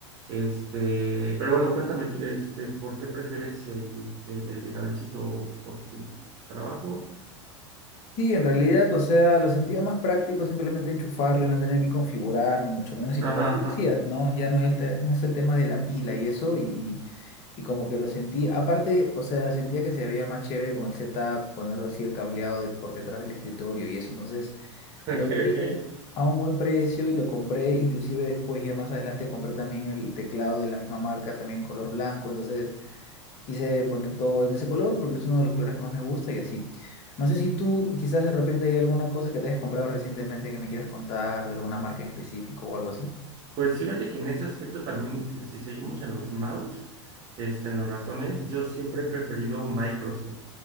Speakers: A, on the right (about 45°); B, on the left (about 45°).
A: Este, pero bueno, cuéntame, este, ¿por qué prefieres el, el, el de cablecito por tu trabajo?
B: Sí, en realidad, o sea, lo sentía más práctico simplemente enchufarlo y no tener que configurar, ni mucho menos. Y
A: Ajá,
B: como tú
A: ajá.
B: decías,
A: <laughs>
B: ¿no? Ya no es el, te- no es el tema de la pila y eso, y, y, y como que lo sentí, aparte, o sea, sentía que se veía más chévere con el setup, ponerlo así el cableado de- por detrás del escritorio y eso, entonces...
A: Ok,
B: Lo vi
A: ok.
B: de- a un buen precio y lo compré, inclusive después ya más adelante compré también el teclado de la misma marca, también en color blanco, entonces quise poner todo en ese color porque es uno de los colores que más me gusta y así. No sé si tú quizás de repente hay alguna cosa que te hayas comprado recientemente que me quieras contar de alguna marca en específico o algo así.
A: Pues fíjate que en ese aspecto también, te- si seguimos en los mouse, este, en los ratones, yo siempre he preferido Microsoft.